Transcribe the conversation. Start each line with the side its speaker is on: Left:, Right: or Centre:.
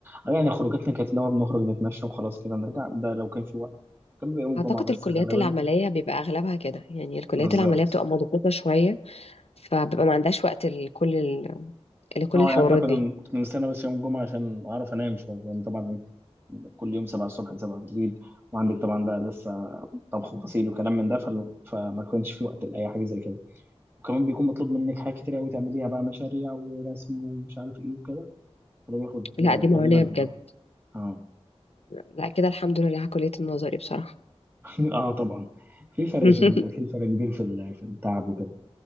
Right: آه، يعني خروجاتنا كانت لو بنخرج نتمشى وخلاص كده نرجع ده لو كان في وقت كان بيبقى يوم الجمعه
Left: أعتقد
Right: بس
Left: الكليات
Right: غالبا
Left: العملية بيبقى أغلبها كده يعني الكليات
Right: بالظبط
Left: العملية بتبقى مضغوطة شوية فببقى ما عندهاش وقت لكل ال... لكل
Right: اه
Left: الحوارات
Right: يعني احنا كنا
Left: دي
Right: كنا بنستنى بس يوم الجمعه عشان اعرف انام شويه يعني طبعا ايه كل يوم 7 الصبح ل 7 بالليل وعندك طبعا بقى لسه طبخ وغسيل وكلام من ده فال- فما كانش في وقت لاي حاجه زي كده وكمان بيكون مطلوب منك حاجات كتير قوي تعمليها بقى مشاريع ورسم ومش عارف ايه وكده فده بياخد
Left: لا
Right: آه،
Left: دي معاناة
Right: تقريبا
Left: بجد
Right: اه
Left: لا كده الحمد لله على كلية النظري بصراحة
Right: <laughs> اه طبعا في فرق
Left: <laughs>
Right: بيبقى في فرق كبير في ال- في التعب وكده